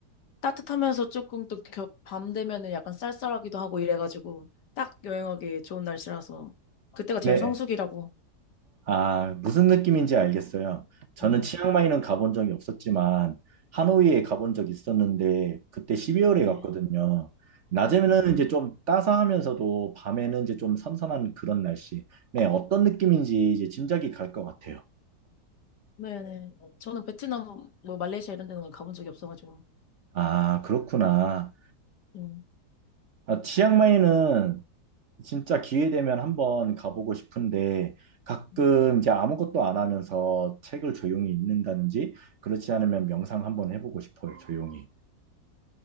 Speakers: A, on the left; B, on the right.
A: 따뜻하면서 조금 또 밤 되면은 약간 쌀쌀하기도 하고 이래가지고 딱 여행하기 좋은 날씨라서 그때가 제일
B: 네.
A: 성수기라고.
B: 아, 무슨 느낌인지 알겠어요. 저는
A: 응.
B: 치앙마이는 가본 적이 없었지만 하노이에
A: 네.
B: 가본 적이 있었는데 그때 12월에
A: 네.
B: 갔거든요. 낮에는
A: 네.
B: 이제 좀 따사하면서도 밤에는 이제 좀 선선한 그런 날씨. 네, 어떤 느낌인지 이제 짐작이 갈 것 같아요.
A: 네. 네. 저는 베트남, 뭐 말레이시아 이런 데는 가본 적이 없어가지고.
B: 아, 그렇구나.
A: 음.
B: 아, 치앙마이는 진짜 기회 되면 한번 가보고 싶은데 가끔
A: 음.
B: 이제 아무것도 안 하면서 책을 조용히 읽는다든지 그렇지 않으면 명상 한번 해보고 싶어요, 조용히.